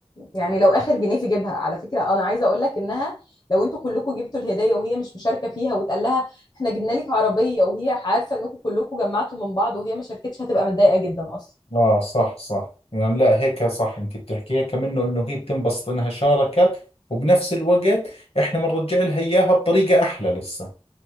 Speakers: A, on the left (about 40°); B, on the left (about 70°).
A: يعني لو اخر جنيه في جيبها على فكره انا عايزه اقول لك انها لو انتوا كلكم جبتوا الهديه وهي مش مشاركه فيها واتقال لها احنا جبنا لك عربيه وهي عارفه انكم كلكم جمعتوا من بعض وهي ما شاركتش هتبقى متضايقه جدا اصلا
B: اه صح صح يعني لا هيك صح انت بتحكيها كمان انه هي بتنبسط انها شاركت وبنفس الوقت احنا بنرجع لها اياها بطريقة احلى لسه